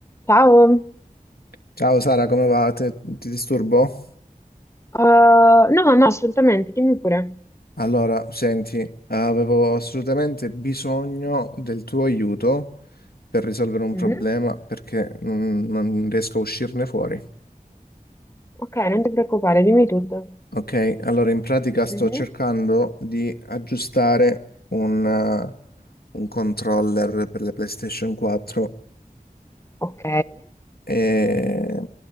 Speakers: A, on the left; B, on the left.
A: Ciao,
B: Ciao Sara, come va? Te- ti disturbo?
A: Eh, no, no, assolutamente, dimmi pure.
B: Allora, senti, avevo assolutamente bisogno del tuo aiuto per risolvere un
A: Mhm.
B: problema perché non, non riesco a uscirne fuori.
A: Ok, non ti preoccupare, dimmi tutto.
B: Ok, allora in pratica sto
A: Mhm.
B: cercando di aggiustare un, eh, un controller per la PlayStation 4.
A: Ok,
B: E